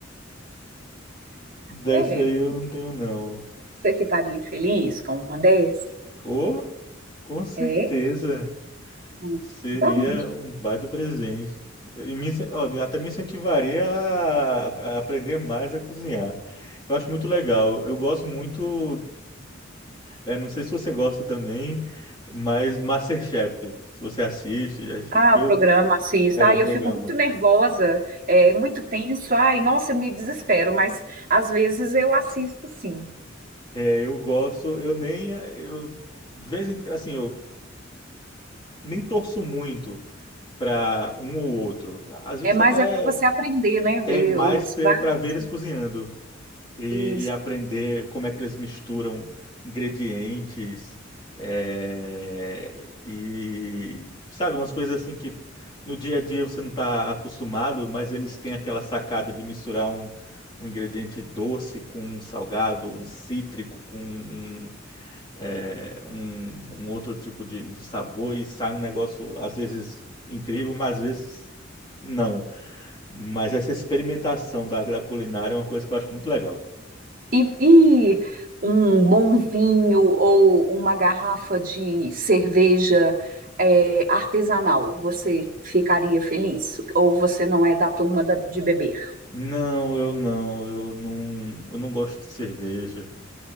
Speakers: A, on the left; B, on the right.
A: Dessa
B: É,
A: aí eu não tenho, não.
B: você ficaria feliz com uma dessas?
A: Ou, com certeza,
B: É, Hum,
A: seria
B: tá bom.
A: um baita presente. E me, incen- ó, me- até me incentivaria a, a aprender mais a cozinhar. Eu acho muito legal. Eu gosto muito, eh, não sei se você gosta também, mas MasterChef, se você assiste, acho
B: Ah,
A: que
B: o
A: eu,
B: programa assista.
A: é
B: Ai,
A: o programa.
B: eu fico muito nervosa, é muito tenso. Ai, nossa, eu me desespero, mas às vezes eu assisto sim.
A: É, eu gosto, eu nem, eh, eu, de vez em, assim, eu nem torço muito para um ou outro. Às vezes
B: É, mas
A: até
B: é para você aprender, né? Ver
A: É mais
B: os
A: para
B: pratos
A: ver eles cozinhando e,
B: Isso.
A: e aprender como é que eles misturam ingredientes é, e sabe, umas coisas assim que no dia a dia você não está acostumado, mas eles têm aquela sacada de misturar um, um ingrediente doce com um salgado, um cítrico com um, é, um- um outro tipo de, de sabor e sai um negócio às vezes incrível, mas às vezes não. Mas essa experimentação da, da culinária é uma coisa que eu acho muito legal.
B: e, e um bom vinho ou uma garrafa de cerveja é, artesanal. Você ficaria feliz? Ou você não é da turma da- de beber?
A: Não, eu não, eu não, eu não gosto de cerveja.